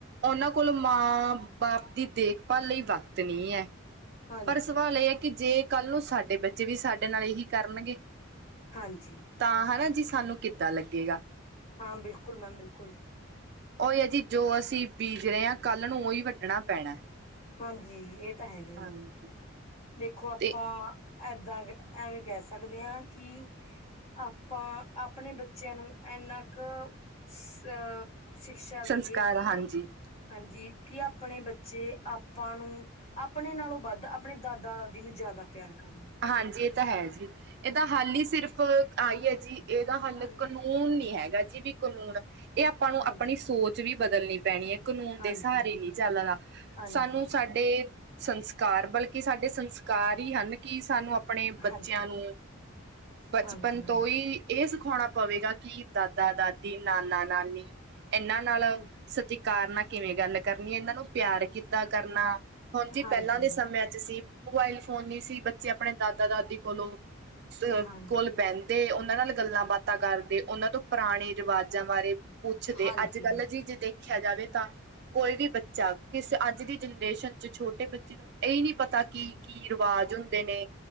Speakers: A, on the right (about 50°); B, on the left (about 30°).
A: ਉਨਾਂ ਕੋਲ ਮਾਂ-ਬਾਪ ਦੀ ਦੇਖਭਾਲ ਲਈ ਵਕਤ ਨਈ ਐ
B: ਹਾਂਜੀ,
A: ਪਰ ਸਵਾਲ ਇਹ ਹੈ। ਕਿ ਜੇ ਕੱਲ ਨੂੰ ਸਾਡੇ ਬੱਚੇ ਵੀ ਸਾਡੇ ਨਾਲ ਇਹੀ ਕਰਨਗੇ
B: ਹਾਂਜੀ।
A: ਤਾਂ ਹਨਾ ਜੀ ਸਾਨੂੰ ਕਿੱਦਾਂ ਲੱਗੇਗਾ।
B: ਹਾਂ, ਬਿਲਕੁਲ ਮੈਮ ਬਿਲਕੁਲ।
A: ਓਹੀ ਆ ਜੀ ਜੋ ਅਸੀਂ ਬੀਜ ਰਹੇ ਆ ਕੱਲ ਨੂੰ ਉਹੀ ਵੱਢਣਾ ਪੈਣਾ
B: ਹਾਂਜੀ ਇਹ ਤਾਂ ਹੈਗਾ ਹੀ।
A: ਹਾਂਜੀ।
B: ਦੇਖੋ ਆਪਾ
A: ਤੇ
B: ਏਦਾ ਐਵੇਂ ਕਹਿ ਸਕਦੇ ਆ ਕਿ। ਆਪਾਂ ਆਪਣੇ ਬੱਚਿਆਂ ਨੂੰ ਐਨਾ ਕੁ ਸ ਸ਼ਿਕਸ਼ਾ ਦੀਈਏ
A: ਸੰਸਕਾਰ
B: ਕਿ।
A: ਹਾਂਜੀ,
B: ਹਾਂਜੀ, ਕਿ ਆਪਣੇ ਬੱਚੇ ਆਪਾਂ ਨੂੰ ਆਪਣੇ ਨਾਲੋਂ ਵੱਧ ਆਪਣੇ ਦਾਦਾ ਦਾਦੀ ਨੂੰ ਜ਼ਿਆਦਾ ਪਿਆਰ ਕਰਨ
A: ਹਾਂਜੀ ਇਹ ਤਾਂ ਹੈ। ਜੀ ਏਦਾ ਹੱਲ ਹੀ ਸਿਰਫ਼ ਆਈ ਹੈ ਜੀ ਇਹਦਾ
B: ਜ
A: ਹੱਲ ਕੂੰ ਕਨੂੰਨ ਨੀ ਹੈਗਾ ਜੀ ਵੀ ਕਨੂੰਨ ਏ ਆਪਾਂ ਨੂੰ
B: ਹਾਂਜੀ,
A: ਆਪਣੀ ਸੋਚ ਵੀ ਬਦਲਣੀ ਪੈਣੀ ਆ। ਕਨੂੰਨ ਦੇ
B: ਹਾਂਜੀ,
A: ਸਹਾਰੇ ਨੀ ਚੱਲਣਾ
B: ਹਾਂਜੀ,
A: ਸਾਨੂੰ ਸਾਡੇ ਸੰਸਕਾਰ ਬਲਕੀ ਸਾਡੇ ਸੰਸਕਾਰ ਹੀ ਹਨ ਕਿ ਸਾਨੂੰ ਅਪ ਆਪਣੇ ਬੱਚੇਆਂ
B: ਹਾਂਜੀ,
A: ਨੂੰ ਬਚਪਨ
B: ਹਾਂਜੀ, ਹਾਂ।
A: ਤੋਂ ਹੀ ਏ ਸਿਖਾਉਣਾ ਪਵੇਗਾ ਕਿ ਦਾਦਾ-ਦਾਦੀ, ਨਾਨਾ-ਨਾਨੀ ਇਨਾਂ ਨਾਲ
B: ਹਾਂਜੀ,
A: ਸਤਿਕਾਰ ਨਾਲ ਕਿਵੇਂ ਗੱਲ ਕਰਨੀ ਆ। ਇਨਾਂ ਨੂੰ ਪਿਆਰ ਕਿੱਦਾਂ ਕਰਨਾ ਹੁਣ ਜੀ
B: ਹਾਂਜੀ,
A: ਪਹਿਲਾਂ ਦੇ ਸਮਿਆਂ 'ਚ ਸੀ, ਮੋਬਾਇਲ ਫੋਨ ਨਈ ਸੀ। ਬੱਚੇ ਆਪਣੇ ਦਾਦਾ-ਦਾਦੀ ਕੋਲੋਂ ਸ
B: ਹਾਂ,
A: ਕੋਲ ਬਹਿੰਦੇ ਉਨਾਂ ਨਾਲ ਗੱਲਾਂ ਬਾਤਾਂ ਕਰਦੇ ਉਨਾਂ ਤੋਂ ਪੁਰਾਣੇ ਰਿਵਾਜਾਂ ਬਾਰੇ ਪੁੱਛਦੇ
B: ਹਾਂਜੀ।
A: ਅੱਜ-ਕੱਲ ਝਿਜਦੇ ਦੇਖਿਆ ਜਾਵੇ ਤਾਂ ਕੋਈ ਵੀ ਬੱਚਾ ਕਿਸ ਅੱਜ ਦੀ ਜਨਰੇਸ਼ਨ 'ਚ ਛੋਟੇ ਬੱਚੇ ਨੂੰ ਏ ਈ ਨੀ ਪਤਾ ਕੀ-ਕੀ
B: ਹਾਂਜੀ,
A: ਰਿਵਾਜ ਹੁੰਦੇ ਨੇ